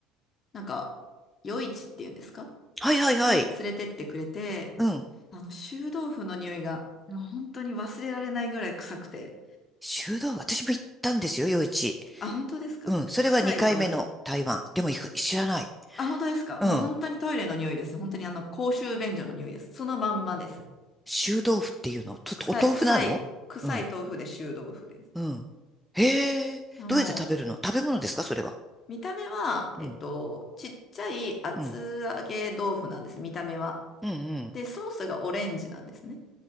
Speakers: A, on the left; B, in the centre.
A: なんか、夜市っていうんですか
B: はいはいはい。
A: に連れてってくれて、
B: うん。
A: あの、臭豆腐の匂いが、もう本当に忘れられないぐらい臭くて。
B: 修道、私も行ったんですよ、夜市。
A: あ、本当ですか臭い豆腐。
B: うん。それは2回目の台湾。でもいく知らない。
A: あ、本当ですかもう本当にトイレの匂いです。
B: うん。
A: 本当にあの、公衆便所の匂いです。そのまんまです。
B: 臭豆腐っていうのちょっとお豆腐なのうん。
A: 臭い、臭い、臭い豆腐で臭豆腐です。
B: うん。へえ。
A: あもう、
B: どうやって食べるの食べ物ですかそれは。
A: 見た目は、
B: うん。
A: えっと、ちっちゃい厚揚げ豆腐なんです、
B: うん。
A: 見た目は。
B: うんうん。
A: で、ソースがオレンジなんですね。